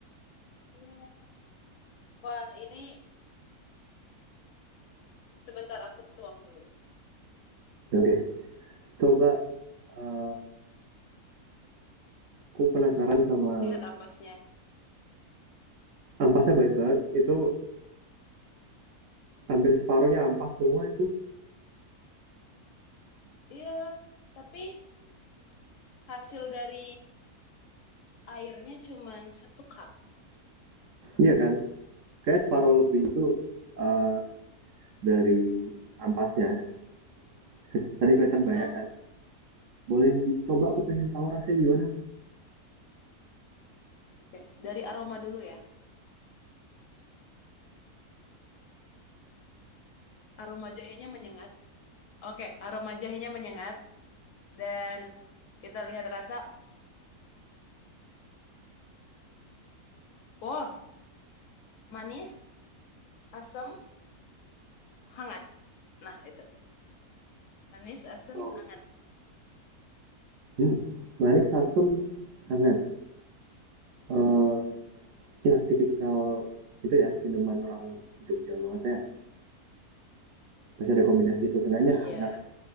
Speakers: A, on the left; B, on the right.
A: iya. Wah, ini sebentar aku tuang dulu.
B: Oke, okay. coba eh aku penasaran sama
A: Lihat ampasnya.
B: ampasnya baik banget. Itu hampir separuhnya ampas semua itu.
A: Iya, tapi hasil dari airnya cuman satu cup.
B: Iya kan? Kayak separuh lebih itu eh dari ampasnya. Tadi kelihatan
A: Betul.
B: banyak kan. Boleh dicoba aku pengen tahu rasanya gimana.
A: Oke, dari aroma dulu ya. Aroma jahenya menyengat. Oke, aroma jahenya menyengat dan kita lihat rasa. Wow, manis, asam, hangat. Nah, itu. Manis, asam,
B: Oh.
A: hangat.
B: Hmm, manis, asam hangat. eh ya tipikal itu ya minuman orang Jogja banget ya. Masih ada kombinasi itu seenggaknya
A: Iya,
B: hangat.